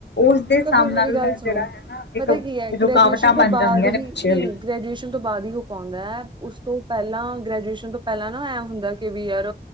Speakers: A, on the left; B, on the right.
A: ਉਸਦੇ
B: ਉਹ
A: ਹਿਸਾਬ
B: ਤਾਂ ਫਿਰ
A: ਨਾਲ
B: ਮੇਰੀ ਗੱਲ
A: ਜਿਹੜਾ
B: ਸੁਣੋ,
A: ਹੈ ਨਾ ਇੱਕ
B: ਪਤਾ ਕੀ ਹੈ
A: ਰੁਕਾਵਟਾਂ
B: ਗ੍ਰੈਜੂਏਸ਼ਨ
A: ਬਣ
B: ਤੋਂ ਬਾਅਦ
A: ਜਾਂਦੀਆਂ
B: ਹੀ
A: ਨੇ ਬੱਚਿਆਂ
B: ਨਹੀਂ-ਨਹੀਂ
A: ਲਈ
B: ਗ੍ਰੈਜੂਏਸ਼ਨ ਤੋਂ ਬਾਅਦ ਹੀ ਉਹ ਪਾਉਂਦਾ ਹੈ ਉਸ ਤੋਂ ਪਹਿਲਾਂ ਗ੍ਰੈਜੂਏਸ਼ਨ ਤੋਂ ਪਹਿਲਾਂ ਨਾ ਐ ਹੁੰਦਾ ਕਿ ਵੀ ਯਾਰ